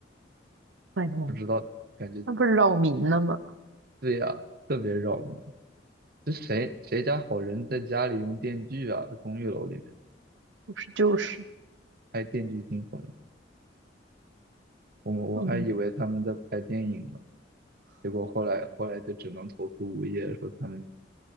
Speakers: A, on the right; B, on the right.
A: 白天，
B: 不知道，感觉
A: 那不是扰民了吗？
B: 对呀、特别扰民。这谁谁家好人在家里用电锯啊？在公寓楼里面
A: 不是就是，
B: 拍《电锯惊魂》，我们我还以为他们在拍电影呢，
A: 嗯
B: 结果后来后来就只能投诉物业说他们